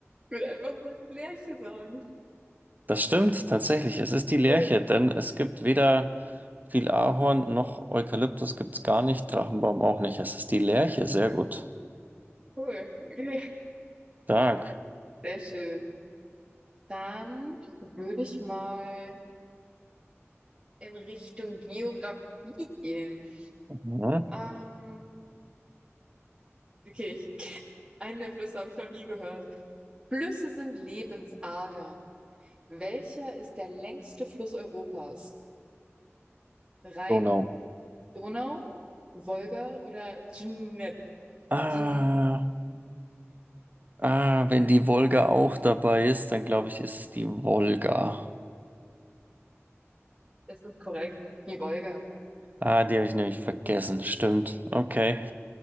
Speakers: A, on the right; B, on the right.
A: würde einfach mal die Lerche sagen.
B: Das stimmt tatsächlich. Es ist die Lerche,
A: Cool,
B: denn es gibt weder viel Ahorn noch Eukalyptus gibt's gar nicht, Drachenbaum auch nicht. Es ist die Lerche, sehr gut.
A: cool. Okay.
B: Stark.
A: Sehr schön. Dann würde ich mal in Richtung Geografie gehen.
B: Mhm. Mhm.
A: Ähm, okay, ich, einen der Flüsse habe ich noch nie gehört. Flüsse sind Lebensadern. Welcher ist der längste Fluss Europas? Rhein,
B: Donau.
A: Donau, Wolga oder Dnep?
B: Ah,
A: Dnepr?
B: ah, wenn die Wolga auch dabei ist, dann glaube ich, ist es die Wolga.
A: Das ist korrekt. Die Wolga.
B: Ah, die habe ich nämlich vergessen. Stimmt. Okay.